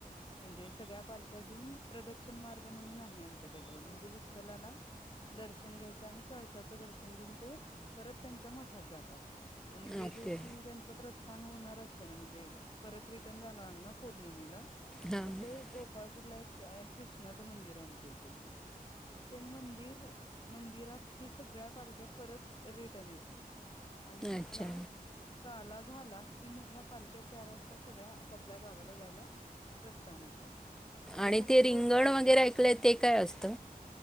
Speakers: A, on the left; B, in the centre.
A: म्हणजे सगळ्या पालख्या.. घेऊन प्रदक्षण मार्ग म्हणून आहे आमच्याकड रोड म्हणजे विठ्ठलाला.. दर्शन घ्यायच आणि कळसाचं दर्शन घेऊन ते परत त्यांच्या मठात जातात आणि.. जे
B: ओके
A: दिवशी त्यांच प्रस्थान होणार असत ना म्हणजे परत रिटर्न जाणार ना पौर्णिमेला....
B: हां
A: तर ते गोपाळपूरला एक कृष्णाचं मंदिर आहे आमच्या इथे.. तर ते मंदिर मंदिरात ही सगळ्या पालख्या परत रिटर्न येतात.. आणि तिथला..
B: अच्छा
A: काला झाला की मग ह्या पालख्यात चार वाजता सगळ्या आपपल्या गावाला जायला.. प्रस्थान होतात... जे
B: आणि
A: लाखो
B: ते रिंगण
A: भाविक
B: वगैरे
A: अस
B: ऐकलंय ते काय असत..